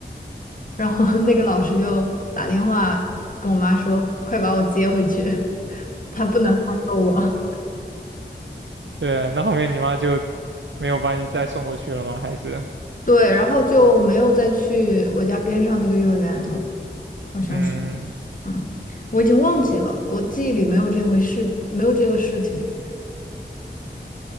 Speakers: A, on the left; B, on the right.
A: 然后那个老师就打电话跟我妈说，快把我接回去，<laughs> 他不能害到我。
B: 对，那后面你妈就没有把你再送过去了吗？还是
A: 对，然后就没有再去我家边上那个幼儿园了，好像是，
B: 嗯，
A: 嗯，我已经忘记了，我记忆里没有这回事，没有这个事情。